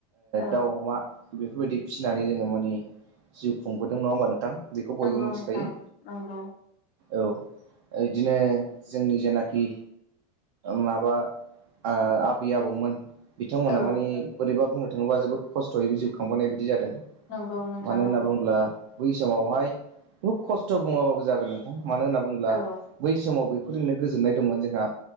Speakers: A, on the left (about 35°); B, on the right (about 45°).
A: औ
B: दाउ अमा बेफोरबायदि फिसिनानै जोङो माने जिउ खुंबोदों नङा होमबा नोंथां। बेखौ
A: नंगौ
B: बयबो मिथिखायो।
A: नोंथां नंगौ
B: औ ओ इदिनो जोंनि जेनाखि माबा ओ आबै आबौमोन बिथांमोनहा
A: औ
B: मानि बोरैबा बुंनो थाङोबा जोबोद खस्थ'यैबो जिउ खांबोनाय बायदि जादों।
A: नंगौ नोंथां
B: मानो होनना
A: नंगौ।
B: बुङोब्ला बै समावहाय खुुब खस्थ' बुङाबाबो जागोन नोंथां मानो होनना बुंङोब्ला
A: औ
B: बै समाव बे फोरजोंनो गोजोननाय दंमोन जोंहा।